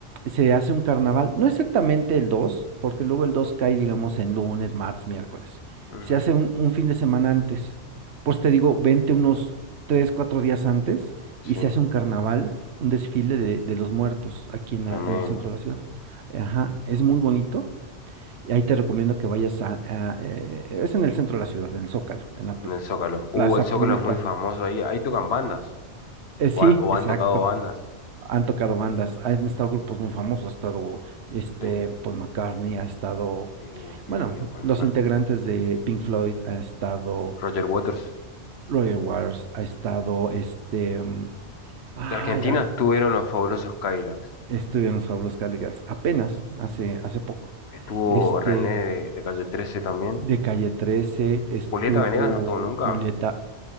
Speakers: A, on the right (about 65°); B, on the left (about 60°).
A: Se hace un carnaval, no exactamente el 2, porque luego el 2 cae, digamos, en lunes, martes, miércoles.
B: Ujú.
A: Se hace un, un fin de semana antes. Pues te digo, vente unos 3, 4 días antes
B: Sí.
A: y se hace un carnaval, un desfile de, de los muertos aquí en,
B: Tremendo.
A: la- en el centro de la ciudad. Ajá, es muy bonito. Y ahí te recomiendo que vayas a, a, eh, es en el centro de la ciudad, en el Zócalo, en la pl-
B: En el Zócalo. Uh,
A: plaza
B: el Zócalo
A: pública.
B: es muy famoso ahí. Ahí tocan bandas.
A: Eh, sí,
B: O, han o
A: exacto.
B: han tocado bandas.
A: Han tocado bandas, han estado grupos muy famosos, ha estado este
B: Sí.
A: Paul McCartney, ha estado,
B: Sí, Uh, qué
A: bueno,
B: genio por
A: los
B: McCartney.
A: integrantes de Pink Floyd, ha estado
B: Roger Waters.
A: eh, Roger Waters, ha estado este, mm, ay,
B: De Argentina
A: ahorita
B: estuvieron los fabulosos Cadillacs.
A: estuve en los Fabulos Cadillacs, apenas hace hace poco.
B: Estuvo
A: Este
B: René de, de Calle trece también.
A: de Calle 13 estuvo
B: Julieta Venegas no estuvo nunca.
A: Julieta,